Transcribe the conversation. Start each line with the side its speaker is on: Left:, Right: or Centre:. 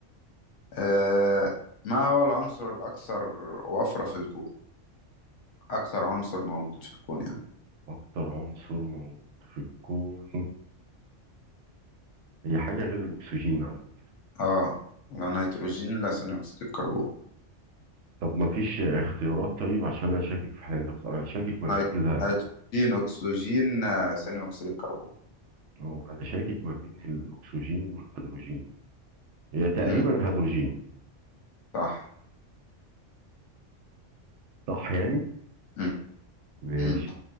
Left: آه، ما هو العنصر الأكثر وفرة في الكون؟ أكثر عنصر موجود في الكون يعني
Right: اكتر عنصر موجود في الكون هي حاجة غير الاكسجين على فكرة
Left: آه لا نيتروجين لا ثاني أكسيد الكربون
Right: طب ما فيش اختيارات طيب عشان انا شاكك في حاجة بصراحة انا شاكك ما بين
Left: نيت-
Right: الها
Left: نيتروجين أكسجين آه، ثاني أكسيد الكربون
Right: أو انا شاكك ما بين الاكسجين والهيدروجين هي تقريبا
Left: مم.
Right: الهيدروجين
Left: صح
Right: صح يعني
Left: مم.
Right: ماشي
Left: مم.